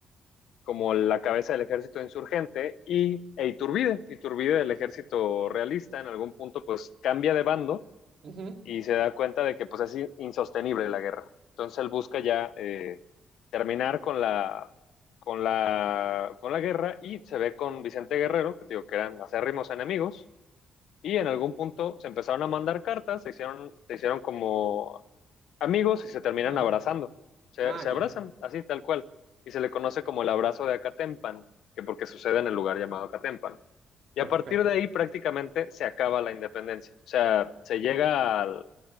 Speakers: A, on the left; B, on the right.
A: como la cabeza del ejército insurgente, y e Iturbide, Iturbide del ejército realista, en algún punto pues cambia de bando
B: Ujú.
A: y se da cuenta de que pues es insostenible la guerra. Entonces él busca ya eh, terminar con la, con, la, con la guerra y se ve con Vicente Guerrero, que digo que eran acérrimos enemigos, y en algún punto se empezaron a mandar cartas, se hicieron, se hicieron como amigos y se terminan
B: <laughs>
A: abrazando. Se,
B: Ah,
A: se
B: ya.
A: abrazan, así tal cual. Y se le conoce como el abrazo de Acatempan, que porque sucede en el lugar llamado Acatempan.
B: Perfecto.
A: Y a partir de ahí prácticamente se acaba la independencia. O sea, se llega al,